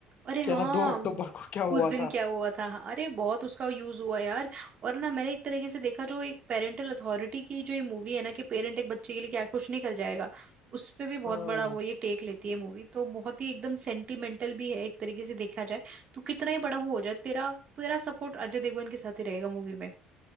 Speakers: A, on the right; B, on the left.
A: अरे हाँ
B: क्या ना दो अक्टूबर
A: वो-
B: को क्या
A: उस
B: हुआ
A: दिन
B: था
A: क्या हुआ था हाँ, अरे बहुत उसका यूज हुआ यार और ना मैंने एक तरीके से देखा जो एक पेरेंटल अथॉरिटी की जो ये मूवी है ना कि पेरेंट एक बच्चे के लिए क्या कुछ नहीं कर जाएगा उस पे भी बहुत
B: हाँ
A: बड़ा वो ये टेक लेती है मूवी तो बहुत ही एकदम सेंटिमेंटल भी है एक तरीके से देखा जाए तो कितना ही बड़ा वो हो जाए तेरा तेरा सपोर्ट अजय देवगन के साथ ही रहेगा मूवी में